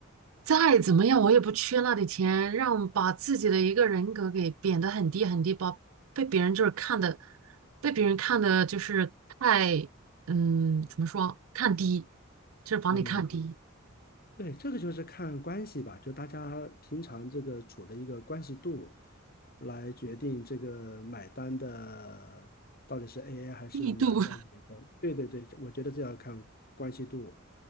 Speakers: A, on the right (about 80°); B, on the left (about 50°).
A: 再怎么样我也不缺那点钱，让把自己的一个人格给贬得很低很低，把被别人就是看的，被别人看的就是太嗯怎么说看低，就是把你看低
B: 嗯。对，这个就是看关系吧，就大家平常这个处的一个关系度，来决定这个买单的到底是 AA 还是男的女的。
A: 力度，
B: 对对对，我觉得这要看关系度